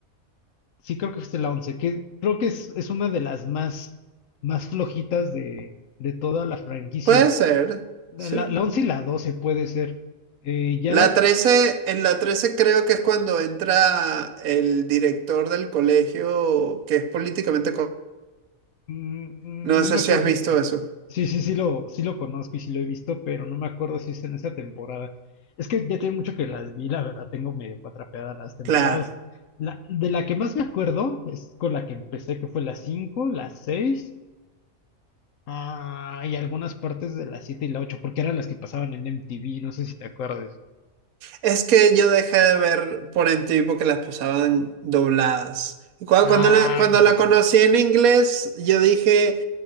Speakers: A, on the left; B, on the right.
A: sí creo que es la 11 que creo que es, es una de las más, más flojitas de, de toda la franquicia.
B: Puede ser,
A: La,
B: sí.
A: la 11 y la 12 puede ser. Eh, ya
B: La
A: la,
B: 13, en la 13 creo que es cuando entra el director del colegio que es políticamente... co-
A: Mm,
B: No
A: mm, No
B: sé
A: me
B: si
A: acuerdo
B: has visto
A: si.
B: eso.
A: Sí, sí, sí lo, sí lo conozco y sí lo he visto, pero no me acuerdo si es en esa temporada. Es que ya tiene mucho que las vi, la verdad, tengo medio cuatrapeadas las temporadas.
B: Claro.
A: La, de la que más me acuerdo es con la que empecé, que fue la 5, la 6, ah, y algunas partes de la 7 y la 8, porque eran las que pasaban en MTV, no sé si te acuerdas.
B: Es que yo dejé de ver por MTV porque las pasaban dobladas. Y cua-
A: Ah,
B: Cuando, la, cuando
A: con
B: la
A: razón.
B: conocí en inglés, yo dije,